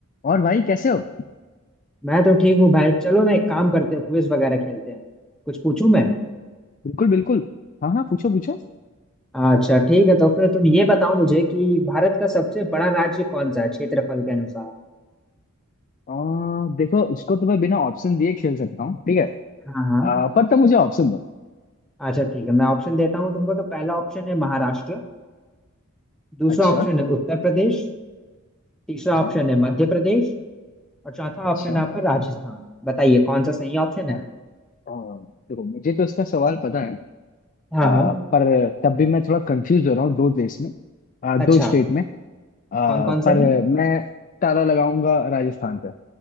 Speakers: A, on the left; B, in the centre.
A: और भाई कैसे हो
B: मैं तो ठीक हूँ भाई चलो ना एक काम करते हैं क्विज वगैरह खेलते हैं कुछ पूछूं मैं
A: बिल्कुल बिल्कुल हाँ हाँ पूछो पूछो
B: अच्छा ठीक है तो फिर तुम ये बताओ मुझे कि भारत का सबसे बड़ा राज्य कौन सा है क्षेत्रफल के अनुसार
A: आ, देखो इसको तो मैं बिना ऑप्शन दिए खेल सकता हूँ ठीक है
B: हाँ हाँ
A: आ, पर तुम मुझे ऑप्शन दो
B: अच्छा ठीक है मैं ऑप्शन देता हूँ तुमको तो पहला ऑप्शन है महाराष्ट्र दूसरा
A: अच्छा
B: ऑप्शन है उत्तर प्रदेश तीसरा
A: हाँ
B: ऑप्शन है मध्य प्रदेश और चौथा
A: अच्छा
B: ऑप्शन है आपका राजस्थान बताइए कौन सा सही ऑप्शन है
A: आ, देखो मुझे तो इसका सवाल पता है
B: हाँ
A: आ,
B: हाँ
A: पर तब भी मैं थोड़ा कंफ्यूज हो रहा हूँ दो देश में आ, दो
B: अच्छा
A: स्टेट में आ,
B: कौन कौन
A: पर
B: से में
A: मैं ताला लगाऊंगा राजस्थान पे